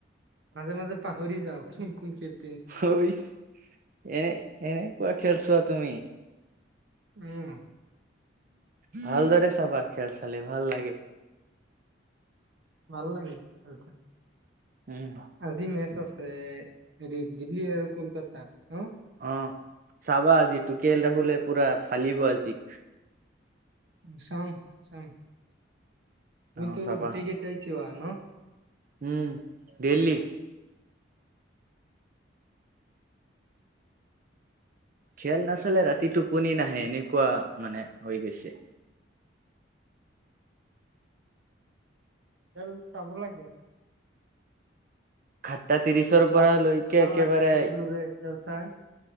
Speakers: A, on the right; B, on the right.
A: মাজে মাজে পাহৰি যাওঁ কোন কোন খেল
B: <unintelligible> এনে এনেকুৱা খেলছোৱা তুমি
A: উম
B: ভালদৰে চাবা খেল চালে ভাল লাগে
A: ভাল লাগে খেল
B: উম
A: আজি মেছ আছে হৰি দিল্লী আৰু কলকাতাৰ হ
B: অ চাবা আজি টোকেেল দেখলে পুৰা ফালিব আজি
A: উ চাম-চাম তুমি
B: অ
A: তো
B: চাবা
A: গুটেই ঘতিয়া শিৱা হ ন
B: উম দেললি খেল নাচালে ৰাতিটো পনি নাহে এনেকুৱা মানে হৈ গৈছে।
A: উ চাব লাগে।
B: খাট্টা ত্ৰিশৰ
A: ভাল
B: পৰা লৈকে
A: ভাল
B: একেবাৰে
A: লাগে সকলোৰে খেল চাই।